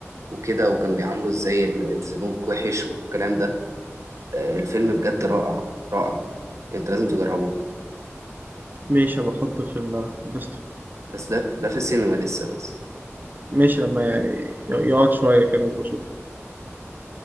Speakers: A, on the right; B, on the right.
A: وكده وكانوا بيعاملوا ازاي ال- الزنوج وحش والكلام ده آه، الفيلم بجد رائع رائع انت لازم تجربه
B: ماشي بحطه في ال- الليست
A: بس ده ده في السينما لسه بس
B: ماشي لما ي- يقعد شويه كده واشوف